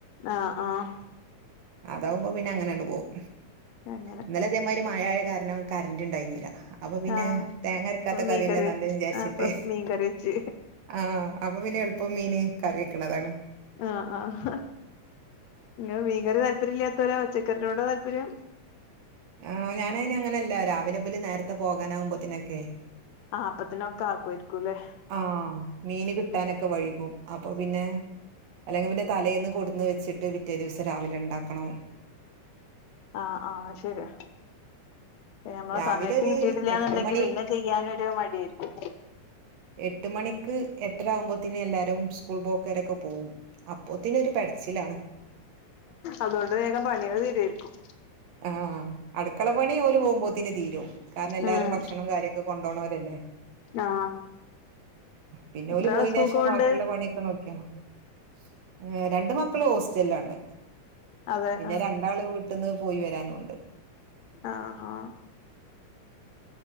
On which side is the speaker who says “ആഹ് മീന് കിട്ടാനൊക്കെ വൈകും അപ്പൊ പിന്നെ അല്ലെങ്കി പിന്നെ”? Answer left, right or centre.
Right